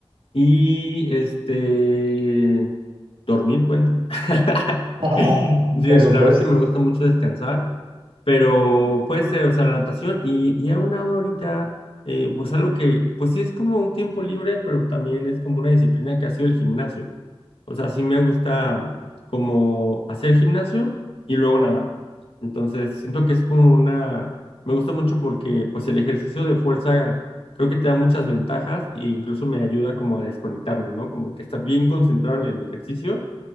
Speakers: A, on the left (about 70°); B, on the right (about 75°).
A: Y este, dormir cuenta. <laughs>
B: <laughs>
A: Sí, la
B: Por supuesto.
A: verdad es que me gusta mucho descansar, pero puede ser, o sea, la natación y, y a una hora ahorita, eh, pues algo que, pues sí es como un tiempo libre, pero también es como una disciplina que ha sido el gimnasio. O sea, sí me gusta como hacer gimnasio y luego nadar. Entonces, siento que es como una, me gusta mucho porque pues el ejercicio de fuerza creo que te da muchas ventajas e incluso me ayuda como a desconectarme, ¿no? Como que estar bien concentrado en el ejercicio